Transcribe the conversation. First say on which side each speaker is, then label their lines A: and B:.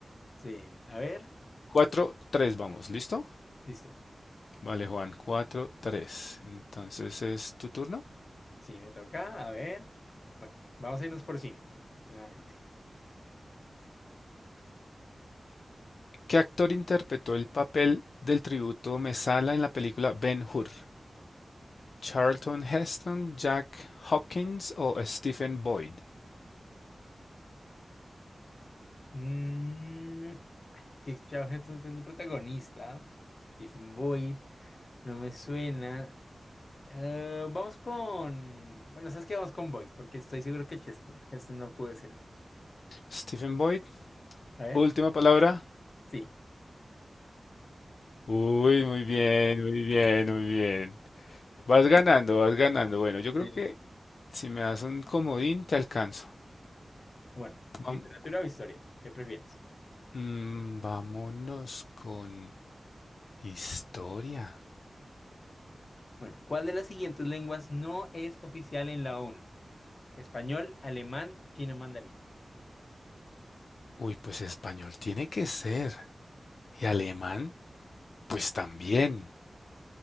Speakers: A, on the left; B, on the left.
A: Sí, a ver,
B: Cuatro, tres, vamos, ¿listo?
A: listo.
B: Vale, Juan, cuatro, tres. Entonces es tu turno.
A: Sí, me toca. A ver. Bueno, vamos a irnos por cine, nuevamente.
B: ¿Qué actor interpretó el papel del tributo Mesala en la película Ben-Hur? Charlton Heston, Jack Hawkins o Stephen Boyd.
A: Mm, es que Charlton Heston es el protagonista. Stephen Boyd, no me suena. Eh, vamos con. Bueno, ¿sabes qué? Vamos con Boyd, porque estoy seguro que Cheston- Heston no puede ser.
B: Stephen Boyd,
A: A ver,
B: última palabra.
A: sí.
B: Uy, muy bien, muy bien, muy bien. Vas ganando, vas ganando. Bueno, yo creo
A: Sí.
B: que si me das un comodín, te alcanzo.
A: Bueno,
B: Vam-
A: literatura o historia, ¿qué prefieres?
B: mm, vámonos con historia.
A: Bueno, ¿cuál de las siguientes lenguas no es oficial en la ONU? Español, alemán, chino mandarín.
B: Uy, pues español tiene que ser. Y alemán, pues también.